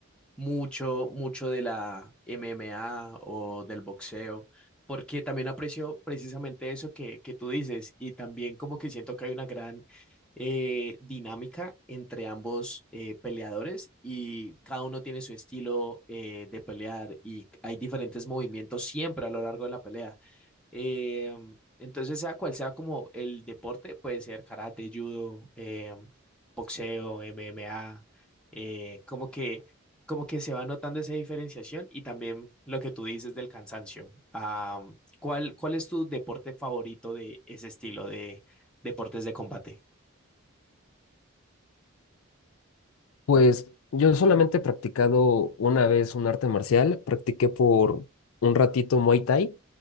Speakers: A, in the centre; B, on the left.
A: mucho, mucho de la MMA o del boxeo, porque también aprecio precisamente eso que, que tú dices y también como que siento que hay una gran eh, dinámica entre ambos eh, peleadores y cada uno tiene su estilo eh, de pelear y hay diferentes movimientos siempre a lo largo de la pelea. Eh, entonces, sea cual sea como el deporte, puede ser karate, judo, eh, boxeo, MMA, eh, como que, como que se va notando esa diferenciación y también lo que tú dices del cansancio. Ah, ¿cuál, cuál es tu deporte favorito de ese estilo de deportes de combate?
B: Pues yo solamente he practicado una vez un arte marcial, practiqué por un ratito Muay Thai